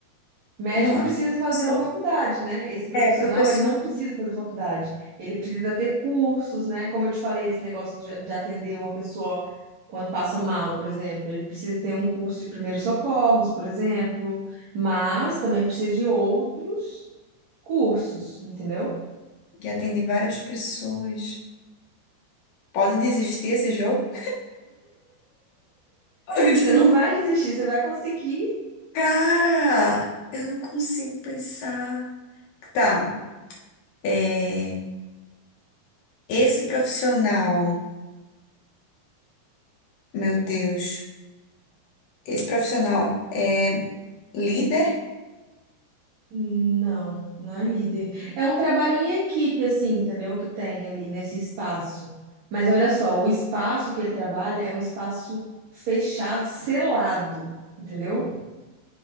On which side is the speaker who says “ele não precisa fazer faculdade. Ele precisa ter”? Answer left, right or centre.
Right